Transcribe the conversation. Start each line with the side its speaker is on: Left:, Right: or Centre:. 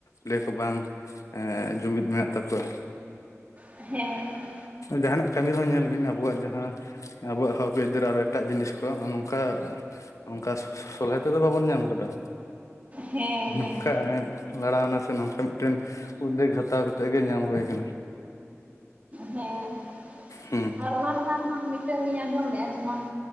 Left: ᱞᱟᱭ ᱟᱠᱚ ᱵᱟᱝ ᱮᱸ ᱡᱩᱢᱤᱫ ᱢᱮᱱᱟᱜ ᱛᱟᱠᱚᱣᱟ᱾
Right: ᱦᱮᱸ
Left: ᱡᱟᱦᱟᱱᱟ-ᱜ ᱠᱟᱹᱢᱤ ᱨᱮᱦᱚᱸ ᱧᱮᱞ ᱵᱤᱱ, ᱟᱵᱚᱣᱟᱜ ᱡᱟᱦᱟᱸ ᱟᱵᱚᱣᱟ-ᱜ ᱦᱚᱠ ᱟᱹᱭᱫᱟᱹᱨ ᱟᱨ ᱮᱴᱟᱜ ᱡᱤᱱᱤᱥ ᱠᱚ ᱾ᱱᱚᱝᱠᱟ ᱚᱱᱠᱟ ᱥᱚᱞᱦᱮ ᱛᱮᱫᱚ ᱵᱟᱵᱚᱱ ᱧᱟᱢ ᱠᱟᱫᱟ
Right: ᱦᱮᱸ
Left: ᱱᱚᱝᱠᱟ᱾
Right: ᱦᱮᱸ
Left: ᱱᱳᱠᱟ ᱞᱟᱲᱟᱣᱱᱟ ᱥᱮ ᱱᱚᱝᱠᱟ ᱢᱤᱫᱴᱮᱱ ᱩᱫᱭᱮᱜᱽ ᱦᱟᱛᱟᱣ ᱠᱟᱛᱮᱫ ᱜᱮ ᱧᱟᱢ ᱦᱩᱭ ᱟᱠᱟᱱᱟ
Right: ᱦᱮᱸ ᱾
Left: ᱦᱩᱸ
Right: ᱟᱨ ᱚᱱᱟ ᱞᱟᱦᱟ ᱦᱟᱸᱜ ᱢᱤᱫᱴᱝ ᱞᱤᱧ ᱟᱸᱡᱚᱢ ᱞᱮᱜᱼᱟ ᱾ᱡᱮᱢᱚᱱ